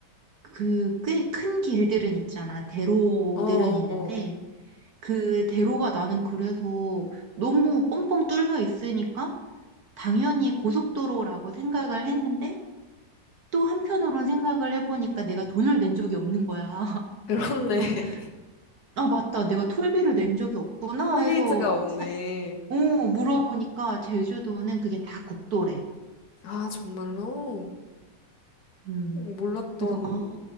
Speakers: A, on the right; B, on the left.
A: 그 꽤 큰 길들은 있잖아. 대로들은
B: 어, 어,
A: 있는데
B: 어, 어.
A: 그 대로가 나는 그래서 너무 뻥뻥 뚫려 있으니까 당연히 고속도로라고 생각을 했는데 또 한편으론 생각을 해보니까 내가 돈을 낸 적이 없는 거야. <laughs>
B: 그렇네.
A: 그래서
B: <laughs>
A: 아 맞다. 내가 톨비를 낸 적이 없구나
B: 톨게이트가
A: 해서
B: 없네.
A: 세- 어, 물어보니까 제주도는 그게 다 국도래.
B: 아, 정말로?
A: 음.
B: 어, 몰랐던,
A: 그래서 아,